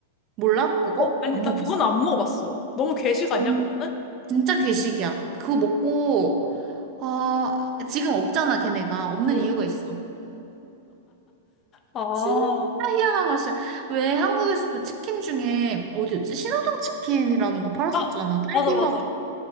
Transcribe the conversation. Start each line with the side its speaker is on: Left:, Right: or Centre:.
Right: 몰라? 그거?
Left: 어, 아니,
Right: 안
Left: 나
Right: 먹었어?
Left: 그건 안 먹어봤어. 너무 괴식
Right: 진,
Left: 아니야, 그거는?
Right: 진짜 괴식이야. 그거 먹고, 아, 지금 없잖아, 걔네가. 없는
Left: 응.
Right: 이유가 있어.
Left: 아,
Right: 진짜 희한한 맛이야. 왜 한국에서도 치킨 중에, 어디였지? 신호등 치킨이라는 거 팔았었잖아.
Left: 아,
Right: 딸기
Left: 맞아, 맞아.
Right: 맛.